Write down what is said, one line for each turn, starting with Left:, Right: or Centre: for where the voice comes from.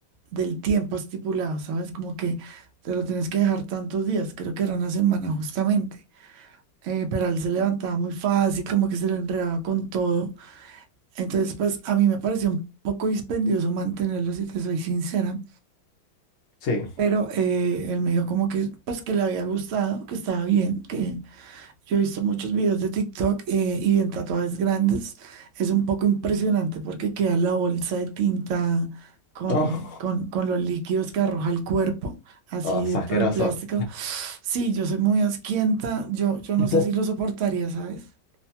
Right: del tiempo estipulado, ¿sabes? Como que te lo tienes que dejar tantos días, creo que era una semana justamente. Eh, pero él se levantaba muy fácil, como que se lo enredaba con todo. Entonces, pues a mí me pareció un poco dispendioso mantenerlo, si te soy sincera.
Left: Sí.
Right: Pero eh, él me dijo como que, pues que le había gustado, que estaba bien, que, Yo he visto muchos videos de TikTok eh, y en tatuajes grandes es un poco impresionante porque queda la bolsa de tinta con,
Left: Oh,
Right: con, con los líquidos que arroja el cuerpo, así
Left: oh, es
Right: dentro
Left: asqueroso.
Right: del plástico. Sí, yo soy muy asquienta, yo, yo no
Left: <laughs>
Right: sé si lo soportaría, ¿sabes?